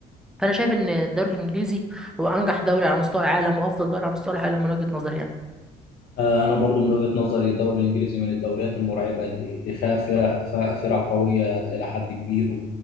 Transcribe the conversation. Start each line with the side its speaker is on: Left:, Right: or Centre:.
Centre: فانا شايف ان الدوري الانجليزي هو انجح دوري على مستوى العالم وافضل دوري على مستوى العالم من وجهة نظري يعني
Left: آه، انا برضو من وجهه نظري الدوري الانجليزي من الدوريات المرعبه اللي اللي فيها فرق فرق فرق قويه الى حد كبير